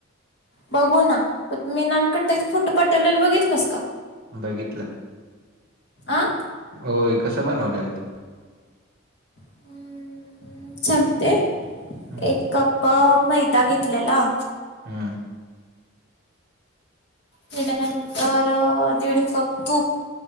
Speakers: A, on the left; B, on the right.
A: बघू ना, मी नानकटईच फोटो पाठवलेलं बघितलंस का?
B: बघितलं,
A: आ
B: होय कस बनवल्याल ते?
A: हम्म सांगते,
B: हम्म
A: एक कप मैदा घेतलेला.
B: हम्म.
A: त्येच्यानंतर दीड कप तूप.